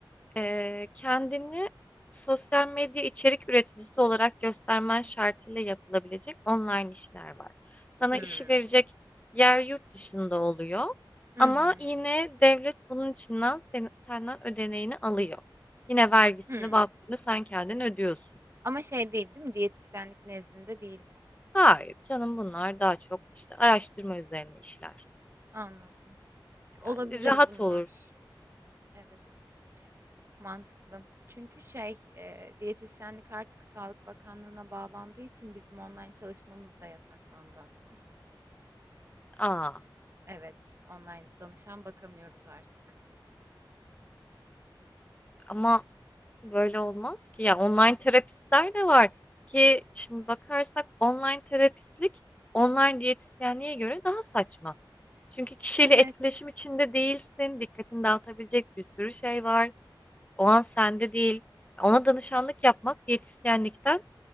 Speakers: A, on the left; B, on the right.
A: e, kendini sosyal medya içerik üreticisi olarak göstermen şartıyla yapılabilecek online işler var. Sana
B: Hmm.
A: işi verecek yer yurt dışında oluyor
B: Hı
A: ama
B: hı.
A: yine devlet bunun içinden sen- senden ödeneğini alıyor. Yine vergisini,
B: Hmm.
A: bakımını sen kendin ödüyorsun.
B: Ama şey değil, değil mi? Diyetisyenlik nezdinde değil bu.
A: Hayır canım bunlar daha çok işte araştırma üzerine işler.
B: Anladım. Olabilir
A: Yani rahat
B: bunlar.
A: olur.
B: Evet, mantıklı. Çünkü şey, e, diyetisyenlik artık Sağlık Bakanlığı'na bağlandığı için bizim online çalışmamız da yasaklandı aslında.
A: Aa,
B: Evet, online danışan bakamıyoruz artık.
A: ama Böyle olmaz ki. Ya online terapistler de var ki şimdi bakarsak online terapistlik online diyetisyenliğe göre daha saçma. Çünkü kişiyle
B: Evet,
A: etkileşim içinde değilsin. Dikkatini dağıtabilecek bir sürü şey var. O an sende değil. Ona danışanlık yapmak diyetisyenlikten